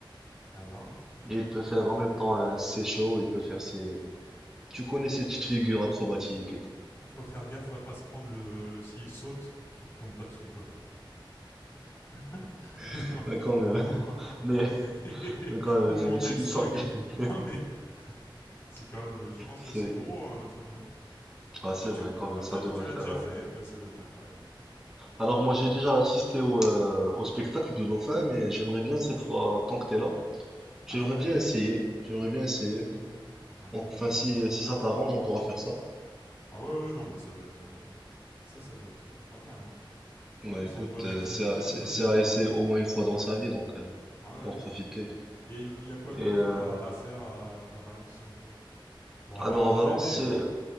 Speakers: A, on the left; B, in the centre.
A: Eh ben,
B: Et il peut faire en même temps euh, ses shows. Il peut faire ses. Tu connais ces petites figures acrobatiques et tout.
A: faut faire gaffe à pas se prendre le s'il saute, qu'il te tombe pas dessus quoi. <laughs>
B: <laughs>
A: non.
B: Ouais, quand même.
A: Bon.
B: <laughs>
A: <laughs>
B: Mais Mais quand
A: Ou
B: même, c'est-
A: monter
B: c'est-
A: dessus.
B: ils sont... <laughs>
A: <laughs> Non mais c'est quand même, euh, je pense
B: c'est
A: que c'est gros un dauphin, non
B: ah, c'est
A: Toi tu,
B: vrai, quand
A: toi
B: même, ça
A: t'as-
B: devrait
A: tu l'as
B: faire.
A: déjà
B: euh.
A: fait, mais ça doit être incroyable. Ça,
B: Alors,
A: ça-
B: moi, j'ai déjà assisté au, euh, au spectacle de Dauphin, mais j'aimerais bien cette fois, tant que t'es là, j'aimerais
A: Ah ouais.
B: bien
A: ouais.
B: essayer. J'aimerais bien essayer.
A: Mmh. Incroyable.
B: Enfin, si, si ça t'arrange, on pourra faire ça.
A: Ah ouais, ouais, non, mais ça doit être, euh, ça, ça doit être euh, pas mal, hein.
B: Bah
A: Ouais, c'est
B: écoute,
A: une bonne
B: euh,
A: activité.
B: c'est à, c'est-
A: On peut
B: c'est
A: déjà.
B: à essayer au moins une fois dans
A: Ouais,
B: sa vie, donc euh,
A: ouais. ouais.
B: faut en profiter.
A: Et il y y a quoi
B: Et
A: d'autre
B: euh,
A: à, à faire à à Valence selon toi Bon, à
B: alors,
A: part manger
B: à Valence,
A: des,
B: c'est.